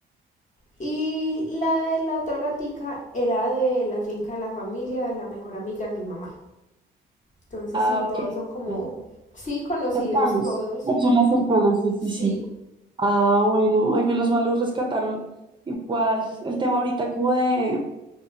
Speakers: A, on the left; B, on the right.
A: Y la de la otra gatica era de la finca de la familia de la mejor amiga de mi mamá. Entonces
B: Ah,
A: sí,
B: ok.
A: todos son como,
B: ya.
A: sí, conocidos
B: Cercanos,
A: todos.
B: personas
A: Ujú,
B: cercanas, sí, sí,
A: Sí,
B: sí. Ah, bueno, ay, menos mal los rescataron. Igual, el tema ahorita como de,